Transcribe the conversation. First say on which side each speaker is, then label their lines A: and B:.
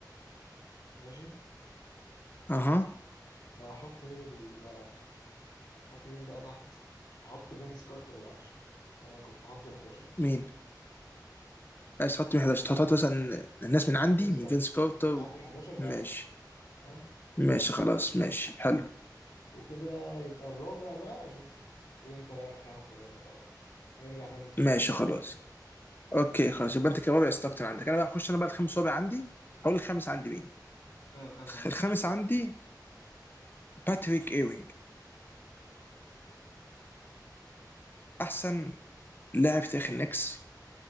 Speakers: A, on the left; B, on the left.
A: ماشي
B: اها
A: فهحط مين ال... هحط مين بقى تحت هحط فينس كارتر على 10 انا كنت حاطه ال 11 اصلا
B: مين عايز تحط مين 11 تحط مثلا الناس من
A: هحط
B: عندي
A: فينس
B: من
A: كارتر
B: فينس كارتر
A: انا كنت حاطه ال 11 بقى
B: ماشي
A: على 10 تمام
B: ماشي خلاص ماشي حلو
A: وكده يبقى الرابع بقى جون ستوكس قول انت بقى خمس ورابع ورا بعض ونرجع تاني لستوكس
B: ماشي خلاص اوكي خلاص يبقى انت كرابع استكتر عندك انا بقى هخش انا بقى الخامس رابع عندي هقول الخامس عندي مين
A: اه خمسة عندك
B: الخامس
A: مين؟
B: عندي باتريك ايوينج احسن لاعب في تاريخ النكس